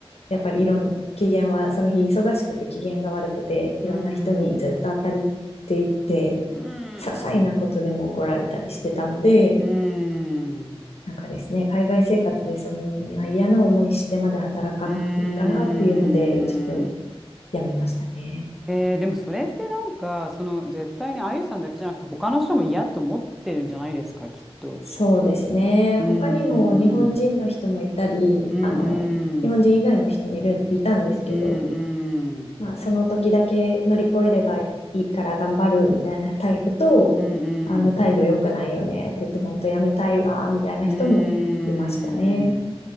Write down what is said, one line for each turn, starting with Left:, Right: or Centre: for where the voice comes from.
Left: やっぱりいろん、機嫌は、その日忙しくて機嫌が悪くて、
Centre: うん。
Left: いろんな人にずっと当たりっていて、
Centre: うん。
Left: 些細なことでも怒られたりしてたので、
Centre: うん。
Left: なんかですね、海外生活でそんな嫌な思いしてまで働かなくていいかなっていうので、
Centre: うん。
Left: ちょっとやめましたね。
Centre: えー、でもそれってなんか、その絶対にあゆさんだけじゃなくて他の人も嫌と思ってるんじゃないですか、きっと。
Left: そうですね。
Centre: うーん、
Left: 他にも日本人の人もいたり、
Centre: うんうん、
Left: あの、日本人以外の人もいる、いたんですけど、
Centre: うんうん、
Left: まあ、その時だけ乗り越えればいいから頑張るみたいなタイプと、
Centre: うんうん。
Left: あの態度良くないよねって言って本当やめたいわ、みたいな人もいましたね。
Centre: うーん、